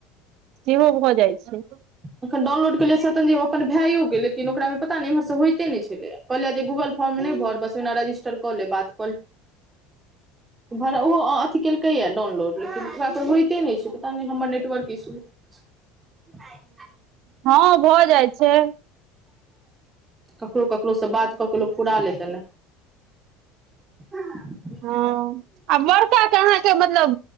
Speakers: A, on the right; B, on the right.
A: सेहो भऽ जाइ छै
B: अखन डाउनलोड केेलियै सतनजी ओ अपन भेयो के लेकिन ओकरा मे पता नहि इम्हर सब होइते नै छेलैये। कहलिये जे गूगल फॉर्म नहि भर बस ओहिना रजिस्टर कऽ ले बात भाड़ा अथ केलकै या डाउनलोड लेकिन होइते नहि छै पता नहि हमर नेटवर्क इशू हैतेय
A: ह हँ भऽ जाइ छै
B: ककरो ककरोसँ बात कक लोक पुरा लेतै ने हँ <unintelligible>
A: हँ आ बड़का अहाँके मतलब